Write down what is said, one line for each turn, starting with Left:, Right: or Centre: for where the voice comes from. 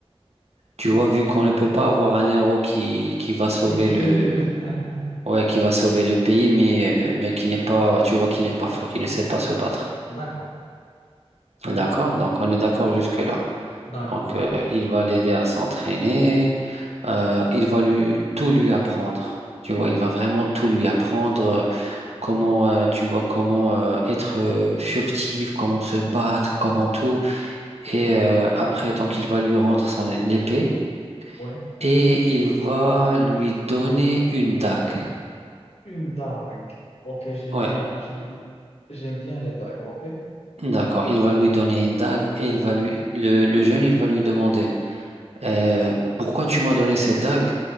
Right: Tu vois, vu qu'on ne peut
Left: ok.
Right: pas avoir un héros qui, qui va
Left: <laughs>
Right: sauver
Left: qui qui
Right: le,
Left: est nul. <laughs>
Right: ouais, qui va sauver le pays, mais, mais qui n'est pas, tu vois, qui n'est pas fort, qui ne sait pas se battre.
Left: D'accord.
Right: D'accord? Donc, on est d'accord
Left: Ouais.
Right: jusque-là.
Left: D'accord,
Right: Donc,
Left: ouais.
Right: euh, il va l'aider à s'entraîner. Euh, il va lui, tout lui apprendre. Tu vois, il va vraiment tout lui apprendre comment euh, tu vois comment euh, être euh, furtive, comment se battre, comment tout. Et euh, après, donc, il va lui rendre son épée
Left: Ouais.
Right: et il va lui donner une dague.
Left: Une dague. Ok, j'aime
Right: Ouais,
Left: bien, j'aime bien, j'aime bien les dagues, ok?
Right: d'accord. Il va lui donner une dague et il va lui le, le jeune, il va lui demander euh, pourquoi tu m'as donné cette dague?